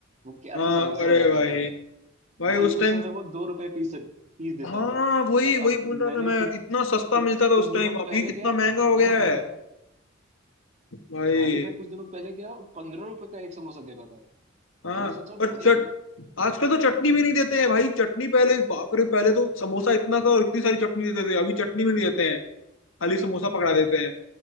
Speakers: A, on the right; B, on the left.
A: वो क्या
B: हाँ
A: तो समोसे
B: अरे
A: बनाता
B: भाई
A: था
B: भाई
A: भाई
B: उस टाइम
A: उस समय वो दो रुपए पीस पीस देता
B: हाँ
A: था
B: वही
A: पर अब
B: वही बोल
A: मैंने
B: रहा था मैं
A: कुछ
B: इतना सस्ता
A: कुछ
B: मिलता था उस
A: दिनों
B: टाइम
A: पहले
B: अभी कितना
A: गया
B: महंगा हो
A: हाँ
B: गया
A: हाँ
B: है
A: हाँ,
B: भाई
A: भाई मैं कुछ दिनों पहले गया पंद्रह रुपए का एक समोसा दे रहा था
B: हाँ
A: मैंने सोचा
B: और
A: भाई
B: चट आजकल तो चटनी भी नहीं देते हैं भाई चटनी पहले बाप रे पहले तो समोसा इतना था और इतनी सारी चटनी देते थे अभी चटनी भी नहीं देते हैं खाली समोसा पकड़ा देते हैं